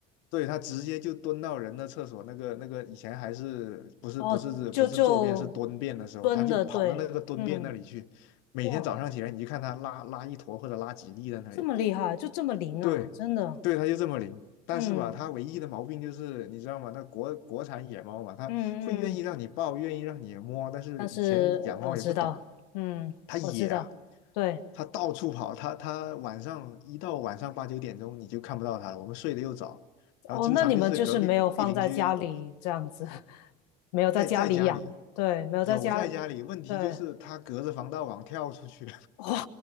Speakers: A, on the left; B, on the left.
A: 对，他直接就蹲到人的厕所，那个那个以前还是不是不是不是坐便是蹲便的时候，
B: 哦，就就蹲的，
A: 他就跑到那个蹲便那里去，
B: 对，嗯，
A: 每天早上起来你就看他拉拉一坨或者拉几粒在那里，
B: 哇，这么厉害，就这么灵啊，
A: 对，
B: 真的，
A: 对，它就这么灵。但是吧，
B: 嗯
A: 它唯一的毛病就是，你知道吗？那国国产野猫嘛，它会愿意让你抱，
B: 嗯嗯，
A: 愿意让你摸，但是以前养猫也不懂，
B: 但是我知道，嗯，
A: 它野啊，
B: 我知道，对，
A: 它到处跑，它它晚上一到晚上八九点钟你就看不到它了，我们睡得又早，然后经常就是隔壁邻居
B: 哦，那你们就是没有放在家里这样子，<laughs> 没有在家里养，
A: 在在家里
B: 对，没有在家，
A: 有在家里，问题就是它隔着防盗网跳出去，
B: 对，哇，